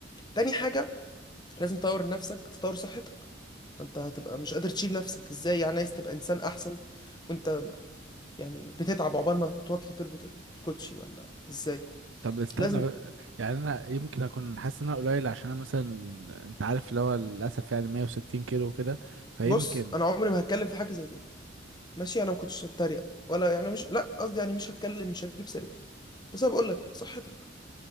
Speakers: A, on the left; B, on the right.
A: تاني حاجة لازم تطور نفسك تطور صحتك ما انت هتبقى مش قادر تشيل نفسك ازاي يعني عايز تبقى انسان احسن وانت يعني بتتعب عقبال ما توطي تربط الكوتشي ولا ازاي
B: طب استنى
A: لازم
B: بقى. يعني انا يمكن اكون حاسس ان انا قليل عشان انا مثلا انت عارف اللي هو للاسف يعني 160 كيلو وكده فيمكن
A: بص انا عمري ما هتكلم في حاجة زي دي ماشي انا ما كنتش هتريق ولا يعني مش لا قصدي يعني مش هتكلم مش هجيب سيرتها بس انا بقول لك صحتك